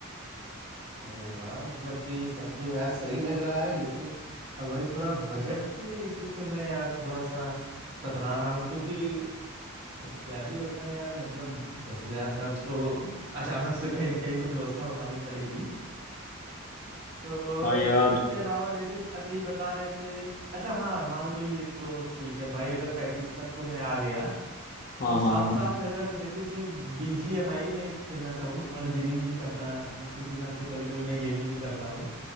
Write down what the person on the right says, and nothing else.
अरे वाह मतलब कि सब तो यार सही लग रहा है लेकिन अब वही थोड़ा बजट के इशू से मैं यार थोड़ा सा कतरा रहा हूँ क्योंकि क्या ही बताएं यार मतलब दस हजार का तो अचानक से कहीं न कहीं तो व्यवस्था बनानी पड़ेगी तो
इसके अलावा जैसे अभी बता रहे थे अच्छा हाँ मान लो ये तो ठीक है भाई अगर पैंतीस तक तो मैं आ गया
तो साथ
साथ अगर जैसे इसमें बीजीएमआई में एक खेलना चाहूँ थोड़ा गेमिंग भी करना है तुम तो जानते हो कभी कभी मैं गेमिंग भी करता हूँ